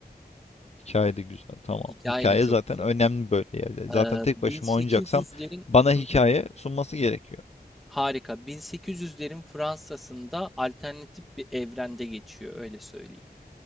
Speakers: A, on the left; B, in the centre.
A: Hikaye de güzel. Tamam.
B: Hikaye
A: Hikaye
B: de çok
A: zaten
B: güzel.
A: önemli böyle yerde. Zaten
B: Ee,
A: tek
B: 1800'lerin
A: başıma oynayacaksam bana hikaye
B: Hı hı,
A: sunması gerekiyor.
B: harika. 1800'lerin Fransa'sında alternatif bir evrende geçiyor öyle söyleyeyim.